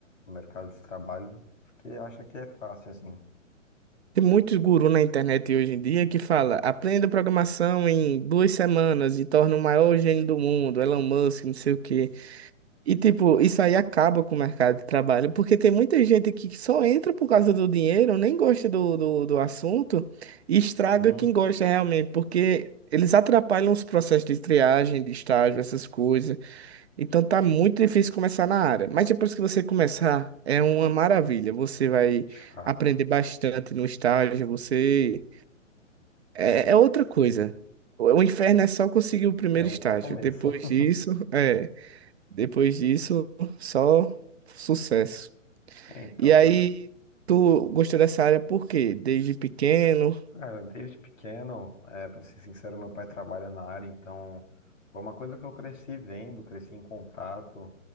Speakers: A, on the left; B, on the right.
A: no mercado de trabalho, porque acha que é fácil, assim.
B: Tem muitos gurus na internet hoje em dia que fala, aprenda programação em duas semanas e torna o maior gênio do mundo, Elon Musk, não sei o quê. E tipo, isso aí acaba com o mercado de trabalho, porque tem muita gente que só entra por causa do dinheiro, nem gosta do, do, do assunto e estraga
A: Hum,
B: quem gosta realmente, porque eles atrapalham os processos de triagem, de estágio, essas coisas. Então tá muito difícil começar na área, mas depois que você começar, é uma maravilha. Você vai
A: de fato.
B: aprender bastante no estágio, você é, é outra coisa. O o inferno é só conseguir o primeiro
A: É o
B: estágio.
A: começo.
B: Depois
A: <laughs>
B: disso, <laughs> é, depois disso, só sucesso.
A: Então,
B: E aí,
A: é,
B: tu gostou dessa área por quê? Desde pequeno?
A: cara, desde pequeno, é, para ser sincero, meu pai trabalha na área, então foi uma coisa que eu cresci vendo, cresci em contato,